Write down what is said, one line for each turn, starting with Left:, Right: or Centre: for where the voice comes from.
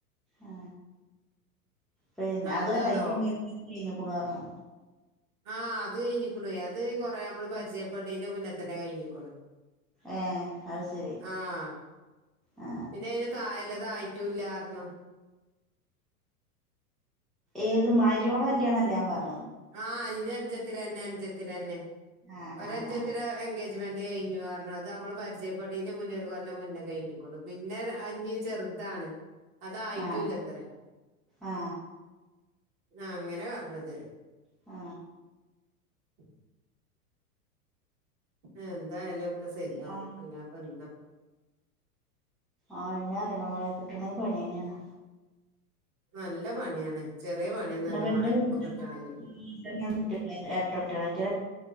Centre: ആ പി
Right: അതെന്താന്നോ
Centre: അതല്ല അറെ എങ്ങ കക്കണ് പറണോ
Right: ആഹ് അത് കഴിഞ്ഞിക്കണേ അത് കൊറെ നമ്മള് പരിചയപ്പെടീന്റെ മുന്ന തന്നെ കഴിഞ്ഞിക്കണു
Centre: ഏ അത് ശരി
Right: ആഹ
Centre: ആ
Right: പിന്നെ അയിന് തഴല്ല അതായിട്ടും ഇല്ലാരനോ
Centre: ഏത് മരിയോള കല്യാണ അല്ലേ പറ
Right: ആഹ അഞ്ച അഞ്ചത്തിര തന്നെ അഞ്ചത്തിര തന്നെ
Centre: ആ
Right: ഒ
Centre: ആ
Right: അഞ്ചത്തിര
Centre: ആ
Right: എേജ കഴിഞ്ഞഞ് പറണം അത് നമ്മൾ പരിചയപ്പെട മുന്ന ഒരു കൊല്ലം മുന്ന കഴിഞ്ഞ പിന്നെ അഞ് ചെറു ഇതാണ് അതായിട്ടും
Centre: ആ
Right: ഇല്ലത്രേ
Centre: ആ
Right: ആ അങ്ങനെ പറഞ്ഞത്
Centre: ആ
Right: <inaudible> എന്തായാലും ഒക്കെ ശരിയാവും
Centre: ആ
Right: അല്ലപ്പ എന്താ
Centre: ആ പിന്നെ അറണമള കിട്ടണെങ്കിൽ പണി തന്നെയാണ്
Right: നല്ല പണിയാണ് ചെറിയ
Centre: <unintelligible>
Right: പണിയൊന്നല്ല മോളെ ഇപ്പൊ കിട്ടണെങ്കിൽ
Centre: എരട്ട കുട്ട്യാള് അയിറ്റ